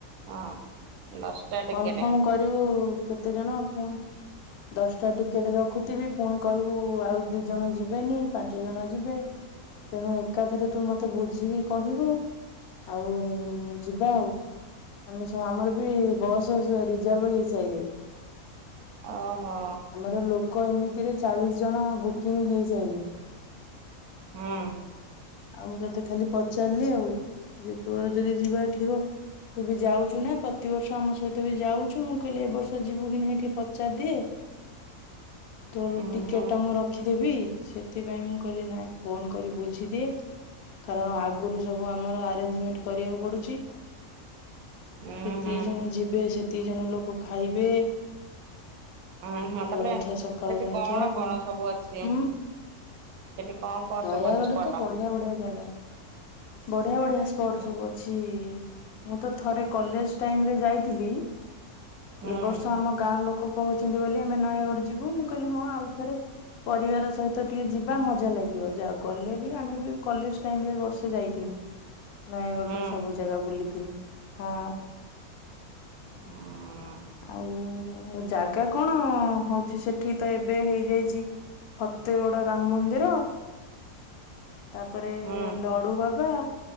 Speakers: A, on the right; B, on the left.
A: ହଁ।
B: <inaudible>
A: ଦଶଟା ଟିକେଟ
B: କନଫର୍ମ କରିବୁ କେତେ ଜଣ ଆ ପୁଣି ଦଶଟା ଟିକେଟ ରଖୁଥିବି ପୁଣି କହିବୁ ଆଉ ଦି ଜଣ ଯିବେନି ପାଞ୍ଚ ଜଣ ଯିବେ? ତେଣୁ ଏକାଥରେ ତୁ ମତେ ବୁଝିକି କହିବୁ? ଆଉ ଯିବା ଆଉ। ଆମେ ସବୁ ଆମର ବି ବସ୍ ରିଜର୍ଭ ହେଇସାଇଲାଣି।
A: ଓହୋ
B: <inaudible> ଆମର ଲୋକ ଏମିତିରେ ଚାଳିଶ ଜଣ ବୁକିଂ ହେଇସାଇଲେ
A: ହୁଁ।
B: ଆଉ ମୁଁ ତତେ ଖାଲି ପଚାରିଲି ଆଉ। ଯେ ତୋର ଯଦି ଯିବାର ଥିବ ତୁ ବି ଯାଉଛୁ ନା ପ୍ରତିବର୍ଷ ଆମ ସହିତ ବି ଯାଉଛୁ, ମୁଁ କହିଲି ଏ ବର୍ଷ ଯିବୁ କି ନାହିଁ ଟିକେ ପଚାରିଦିଏ? ତୋର
A: ଉଁ
B: ଟିକେଟ୍
A: ହୁଁ
B: ମୁଁ ରଖିଦେବି। ସେଥିପାଇଁ ମୁଁ କହିଲି ନାଇଁ ଫୋନ୍ କରି ବୁଝିଦିଏ। କାରଣ ଆଗରୁ ସବୁ ଆମର ଆରେଞ୍ଜମେଣ୍ଟ କରିବାକୁ ପଡ଼ୁଛି।
A: ଉଁ
B: ଯେତିକି
A: ହୁଁ
B: ଜଣ ଯିବେ ସେତିକି ଜଣ ଲୋକ ଖାଇବେ।
A: ହଁ ହୁଁ ତାପରେ
B: ଜଳଖିଆ ସକାଳ
A: ସେଠି
B: ଜଳଖିଆ
A: କଣ
B: ପୁଣି
A: କଣ ସବୁ ଅଛି?
B: ଉଁ
A: ସେଠି କଣ କଣ
B: ନୟାଗଡ଼
A: ସବୁ ଅଛି ସ୍ପଟ?
B: ତ ବଢିଆ ବଢିଆ ଜାଗା ବଢିଆ ବଢିଆ ସ୍ପଟ
A: ହୁଁ
B: ସବୁ ଅଛି। ମୁଁ ତ ଥରେ କଲେଜ ଟାଇମରେ ଯାଇଥିଲି।
A: ହୁଁ
B: ଏ ବର୍ଷ ଆମ ଗାଁ ଲୋକ କହୁଛନ୍ତି ବୋଲି। ଆମେ ନୟାଗଡ ଯିବୁ, ମୁଁ କହିଲି ହଁ ଆଉ ଥରେ ପରିବାର ସହିତ ଟିକେ ଯିବା ମଜା ଲାଗିବ ଯାଉ ଗଲେ ବି ଆମେ କଲେଜ ଟାଇମରେ ବର୍ଷେ ଯାଇଥିଲୁ। ନୟାଗଡ଼ରୁ
A: ହୁଁ। ହୁଁ
B: ସବୁ ଜାଗା ବୁଲିଥିଲୁ। ହଁ।
A: ହଁ।
B: ଆଉ ଜାଗା କଣ ହଉଛି ସେଠି ତ ଏବେ ହେଇଯାଇଛି। ଫତେଗଡ଼ ରାମ ମନ୍ଦିର। ତାପରେ
A: ହୁଁ
B: ଲଡ଼ୁ ବାବା,